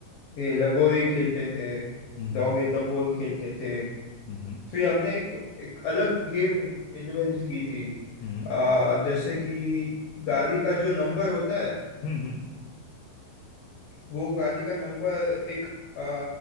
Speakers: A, on the left; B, on the left.
A: ये लगोरी खेलते थे
B: हम्म
A: डॉग इन द बोन खेलते थे
B: हम्म
A: फिर हमने एक, एक अलग गेम इन्वेंट की थी
B: हम्म
A: आ, जैसे कि गाड़ी का जो नंबर होता है
B: हम्म हम्म हम्म
A: वो गाड़ी का नंबर एक आ,